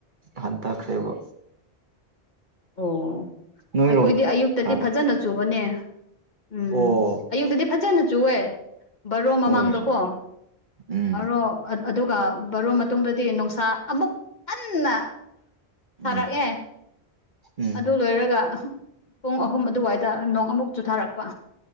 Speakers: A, on the right; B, on the left.
A: ꯍꯟꯊꯈ꯭ꯔꯦꯕ
B: ꯑꯣ
A: ꯅꯣꯏꯔꯣꯝ
B: ꯑꯩꯈꯣꯏꯗꯤ ꯑꯌꯨꯛꯇꯗꯤ
A: ꯁꯥꯕ꯭ꯔꯣ
B: ꯐꯖꯅ ꯆꯨꯕꯅꯦ ꯎꯝ
A: ꯑꯣ
B: ꯑꯌꯨꯛꯇꯗꯤ ꯐꯖꯅ ꯆꯨꯑꯦ ꯕꯥꯔꯣ ꯃꯃꯥꯡꯗꯀꯣ
A: ꯍꯣꯏ ꯎꯝ
B: ꯑꯔꯣ ꯑꯗꯨꯒ ꯕꯔꯨ ꯃꯇꯨꯡꯗꯗꯤ ꯅꯨꯡꯁꯥ ꯑꯃꯨꯛ ꯍꯟꯅ ꯁꯔꯛ
A: ꯎꯝ
B: ꯑꯦ
A: ꯎꯝ
B: ꯑꯗꯨ ꯂꯣꯏꯔꯒ ꯄꯨꯡ ꯑꯍꯨꯝ ꯑꯗꯨꯋꯥꯏꯗ ꯅꯣꯡ ꯑꯃꯨꯛ ꯆꯨꯊꯥꯔꯛꯄ